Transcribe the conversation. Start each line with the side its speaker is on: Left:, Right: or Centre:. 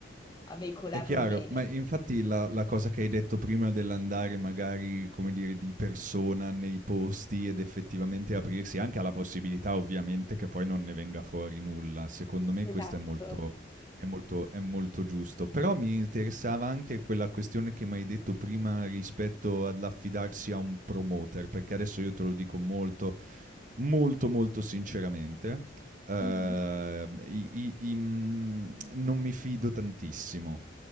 Left: a veicolarlo
Right: è chiaro,
Left: bene.
Right: ma infatti la la cosa che hai detto prima dell'andare magari, come dire, di persona nei posti ed effettivamente aprirsi anche alla possibilità ovviamente che poi non ne venga fuori nulla, secondo me
Left: Esatto.
Right: questo è molto è molto è molto giusto. Però mi interessava anche quella questione che m'hai detto prima rispetto all'affidarsi a un promoter, perché adesso io te lo dico molto molto molto sinceramente. Eh,
Left: Mhm.
Right: i- i- i- mm, non mi fido tantissimo.